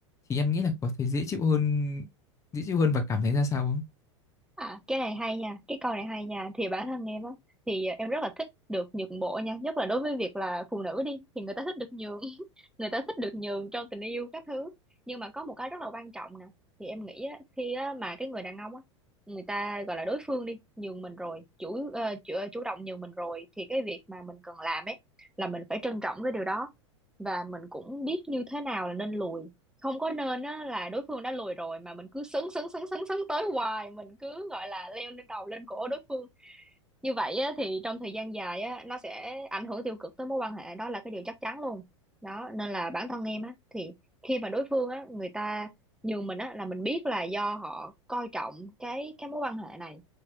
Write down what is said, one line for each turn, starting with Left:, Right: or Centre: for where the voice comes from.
Left: thì em nghĩ là có thể dễ chịu hơn dễ chịu hơn và cảm thấy ra sao không
Centre: À, cái này hay nha, cái câu này hay nha. Thì bản thân em á, thì em rất là thích được nhượng bộ nha, nhất là đối với việc là phụ nữ đi, thì người ta thích được nhường, <laughs> người ta thích được nhường trong tình yêu các thứ. Nhưng mà có một cái rất là quan trọng nè, thì em nghĩ á, khi á, mà cái người đàn ông á, người ta gọi là đối phương đi, nhường mình rồi, chủ, ờ, chủ ờ, chủ động nhường mình rồi, thì cái việc mà mình cần làm ấy là mình phải trân trọng cái điều đó và mình cũng biết như thế nào là nên lùi không có nên á là đối phương đã lùi rồi mà mình cứ sấn sấn sấn sấn sấn tới hoài mình cứ gọi là leo lên đầu lên cổ đối phương như vậy á, thì trong thời gian dài á, nó sẽ ảnh hưởng tiêu cực tới mối quan hệ đó là cái điều chắc chắn luôn đó nên là bản thân em á thì khi mà đối phương á người ta nhường mình á là mình biết là do họ coi trọng cái cái mối quan hệ này